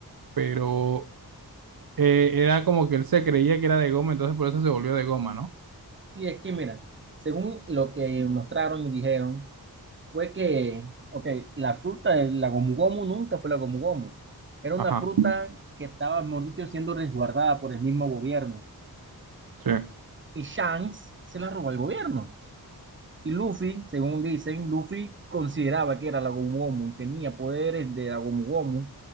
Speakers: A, on the right (about 65°); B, on the right (about 30°).
A: pero eh, era como que él se creía que era de goma, entonces por eso se volvió de goma, ¿no?
B: sí, es que mira, según lo que mostraron y dijeron, fue que, ok, la fruta, de la gomu gomu nunca fue la gomu gomu. Era una
A: Ajá,
B: fruta que estaba, mejor dicho, siendo resguardada por el mismo gobierno.
A: sí.
B: Y Shanks se la robó al gobierno. Y Luffy, según dicen, Luffy consideraba que era la gomu gomu y tenía poderes de la gomu gomu.